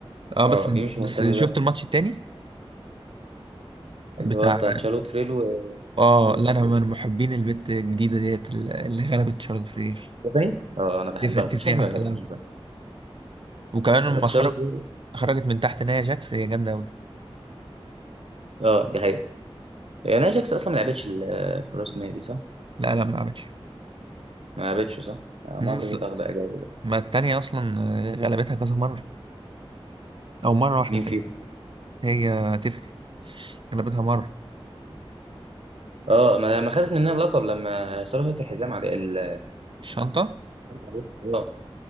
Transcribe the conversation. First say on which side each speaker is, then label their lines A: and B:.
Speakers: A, on the right; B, on the right.
A: اه بس
B: اه دي مش
A: بس
B: مهتم
A: شفت
B: بيها
A: الماتش التاني بتاع
B: اللي هو بتاع شارلوت فريلو و
A: اه
B: شارلوت
A: لا انا
B: فريلو
A: من محبين البت الجديده ديت اللي غلبت شارلوت فلير
B: ستيفاني اه انا بحبها
A: تفني تفني
B: مفيش حد
A: عسل
B: ما بيحبهاش
A: اوي
B: بقى.
A: وكمان لما
B: آه، بس
A: خرجت
B: شارلوت فريلو
A: خرجت من تحت نايا جاكس هي جامده اوي
B: اه دي حقيقه هي ناجكس اصلا ما لعبتش ال- في راس النادي صح؟
A: لا لا ما لعبتش
B: ما لعبتش صح؟ آه،
A: مم،
B: ما اعتقد
A: بس
B: اخد اجابه
A: ما التانية أصلا آه، غلبتها كذا مرة أو مرة واحدة
B: مين
A: تانية
B: فيهم؟
A: هي تفني غلبتها مرة
B: اه ما لما خدت منها اللقب لما اشتركت الحزام عليه ال-
A: الشنطة
B: فهمت عليك؟ اه